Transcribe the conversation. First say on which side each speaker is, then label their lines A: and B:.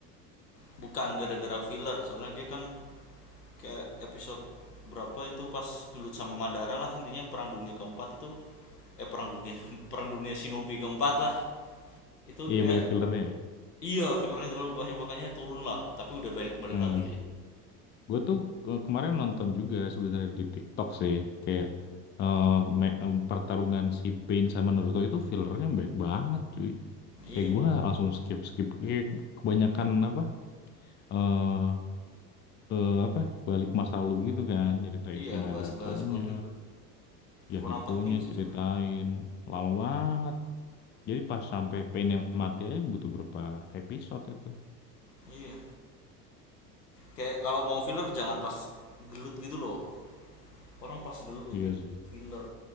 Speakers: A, on the left; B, on the left.
A: Bukan gara-gara filler, soalnya dia kan kayak episode berapa itu pas gelut sama Madara lah intinya perang dunia keempat itu eh perang dunia <laughs> perang dunia shinobi keempat lah itu
B: Iya
A: dia
B: banyak fillernya. ya.
A: iya fillernya terlalu banyak makanya turun lah tapi udah balik-balik
B: Hmm.
A: lagi sih
B: Gue tuh ke- kemarin nonton juga sebenarnya di TikTok sih. Kayak eh, me- em, pertarungan si Pain sama Naruto itu fillernya baik banget, cuy.
A: iya
B: Kayak
A: bro
B: gue langsung skip skip. Kayak kebanyakan apa? eh eh, apa? Balik masa lalu gitu kan. Nyeritain
A: iya
B: si Nagatonya.
A: bahas-bahas kalau gitu
B: ya
A: kurang
B: Hikonya
A: penting sih
B: ceritain
A: sebenarnya
B: lama banget jadi pas sampai Pain yang mati aja butuh berapa episode itu
A: iya kayak kalau mau filler jangan pas gelut gitu loh orang pas gelut
B: iya sih
A: filler